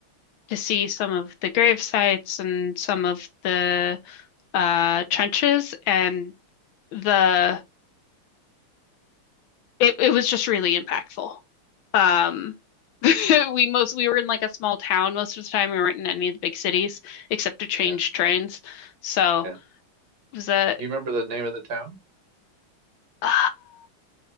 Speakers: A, on the left (about 75°); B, on the right (about 65°).
A: to see some of the grave sites and some of the uh, trenches, and the it, it was just really impactful. Um, <laughs> we most we were in like a small town most of the time. We weren't in any of the big cities except to change
B: yeah,
A: trains. So
B: yeah. Do
A: it was a
B: you
A: <sighs>
B: remember the name of the town?
A: Uh,